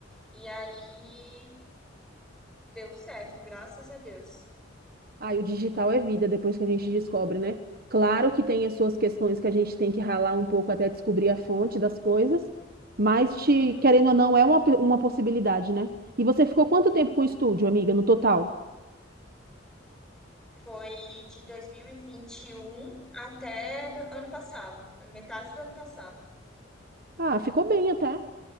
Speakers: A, in the centre; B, on the right (about 50°).
A: E aí deu certo, graças a Deus.
B: Ah, e o digital é vida depois que a gente descobre, né? Claro que tem as suas questões que a gente tem que ralar um pouco até descobrir a fonte das coisas, mas te,
A: Uhum.
B: querendo ou não, é uma, uma possibilidade, né? E você ficou quanto tempo com o estúdio, amiga, no total?
A: Foi de dois mil e e vinte e um até do ano passado, metade do ano passado.
B: Ah, ficou bem até.